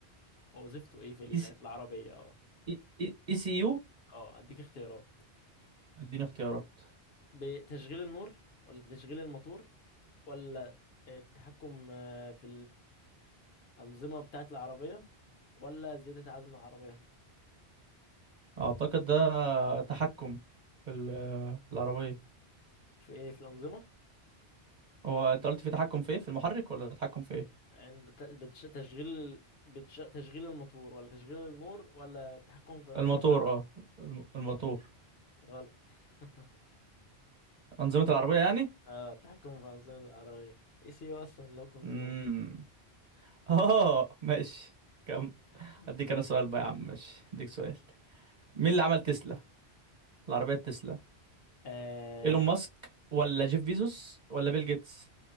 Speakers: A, on the left; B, on the right.
A: أو وظيفته ايه في ال...
B: اي سي
A: في العربية اه
B: اي اي إي سي يو
A: اه هديك اختيارات
B: اديني اختيارات
A: بتشغيل النور ولا تشغيل الموتور ولا التحكم آه، في الأنظمة بتاعة العربية ولا زيادة عزم العربية
B: اعتقد ده تحكم في ال- في العربية
A: في ايه في الأنظمة
B: هو انت قلت في تحكم في ايه في المحرك ولا تحكم في ايه
A: عند ت- بتش- تشغيل ال- بتش... تشغيل الموتور ولا تشغيل النور ولا التحكم في أنظمة
B: الموتور
A: الع...
B: اه الم- الموتور
A: غلط <laughs>
B: أنظمة العربية يعني
A: اه التحكم في أنظمة العربية اي سي يو اصلا لو كنترول
B: امم <laughs> اه ماشي كم
A: <laughs>
B: اديك
A: ماشي
B: انا سؤال بقى يا عم ماشي اديك سؤال مين اللي عمل تسلا العربية تسلا
A: آه...
B: ايلون ماسك ولا
A: مم.
B: جيف بيزوس ولا بيل جيتس